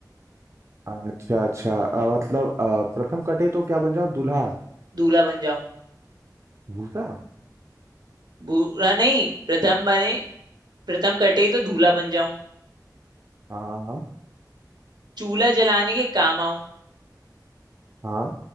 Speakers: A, on the right; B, on the right.
A: आ, अच्छा अच्छा आ, मतलब आ, प्रथम कटे तो क्या बन जाऊं दूल्हा
B: दूल्हा बन जाऊं
A: भूसा
B: बुरा नहीं प्रथम बने प्रथम कटे तो दूल्हा बन जाऊं
A: हाँ हाँ
B: चूल्हा जलाने के काम आऊं
A: हाँ